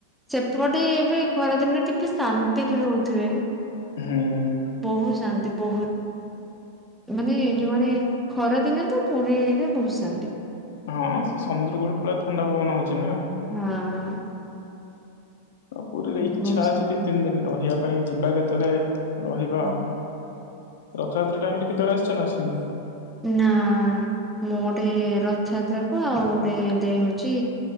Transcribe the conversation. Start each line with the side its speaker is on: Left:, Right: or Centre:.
Centre: ସେପଟେ ଏବେ ଖରାଦିନେ କେତେ ଶାନ୍ତିରେ ରହୁଥିବେ।
Left: ହୁଁ
Centre: ବହୁତ ଶାନ୍ତି ବହୁତ। ମାନେ ଯୋଉମାନେ ଖରାଦିନେ ତ ପୁରୀରେ ବହୁତ ଶାନ୍ତି।
Left: ହଁ ସେ ସମୁଦ୍ର କୂଳରେ ପୁରା ଥଣ୍ଡା ପବନ ଆଉଚି ନା।
Centre: ହଁ।
Left: ଆଉ ପୁରୀରେ ଇଚ୍ଛା
Centre: ବହୁତ
Left: ଅଛି
Centre: ଶାନ୍ତି
Left: ଦି ତିନି ଦିନ ରହିବା ପାଇଁ ଯିବା କେତେବେଳେ। ରହିବା
Centre: ହଁ
Left: ଆଉ ରଥଯାତ୍ରା ଟାଇମ ରେ କେତେବେଳେ ଆସିଚ ନା ଆସିନ?
Centre: ନା ମୁଁ ଗୋଟେ ରଥଯାତ୍ରାକୁ ଆଉ ଗୋଟେ ଏବେ ହଉଚି